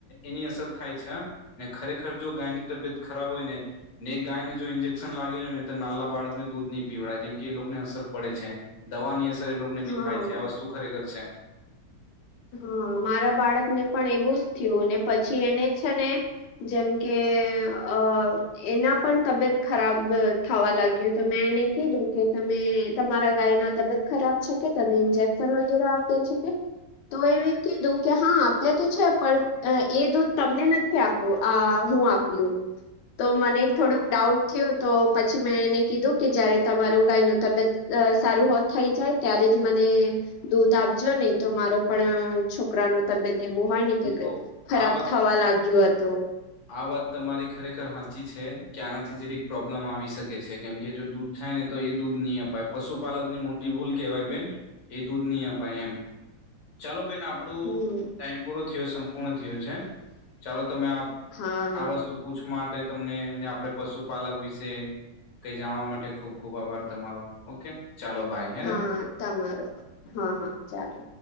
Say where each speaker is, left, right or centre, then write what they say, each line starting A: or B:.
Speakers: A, on the left (about 40°); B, on the left (about 70°).
A: એની અસર થાય છે. ને ખરેખર જો ગાયની તબિયત ખરાબ હોય ને ને એક ગાયને જો ન્જે ઈન્જેક્શન લાગેલું ની તો નાલા બાળકને દૂધ નહીં પીવડાયે કેમ કે એ લોકો ને અસર પડે છે દવા ની તે લોક ને ભી
B: હા
A: થાય છે. આ વસ્તુ ખરેખર છે.
B: હા મારા બાળક ને પણ એવું જ થયું ને પછી એને છે. ને જેમ કે અ. એના પણ તબિયત ખરાબ અ થવા લાગ્યો તો મેં એને કીધું કે તમે તમારા ગાય ના તબિયત ખરાબ છે કે તમે ઇન્જેક્શન વગેરે આપ્યા છે કે તો એને કીધું કે હા આપ્યા તો છે પણ અ એ દૂધ તમને નથી આપ આ હું આપ્યું તો મને થોડોક ડાઉટ થયો તો પછી મેં એને કીધું કે જયારે તમારું ગાયનું તબિયત અ સારું હોત થઈ જાય ત્યારે જ મને દૂધ આપજો નઈ તો મારો પણ છોકરા નું તબિયત એવું હોય ને કે
A: તો
B: ખરાબ
A: આ વાત
B: થવા લાગ્યો હતો.
A: આ વાત તમારી ખરેખર હાચી છે. ક્યા આનાથી જેરીક પ્રોબ્લેમ આવી શકે છે કેમ કે જો દૂધ થાય ને તો એ દૂધ નહીં અપાય પશુપાલક ની મો ટી ભૂલ કેવાય બેન એ દૂધની અપાય એમ ચાલો બેન આપ આપડુ
B: હમ
A: ટાઈમ પૂરો થયો સંપૂર્ણ થયો છે ચાલો તમે આપ
B: હા
A: આ વસ્તુ પૂછ માટે તમને ને આપડે પશુપાલક વિશે કંઈ જાણવા માટે ખૂબ ખૂબ આભાર તમારો ઓકે. ચાલો બાય. હેને
B: હા તમારો હા હા ચાલો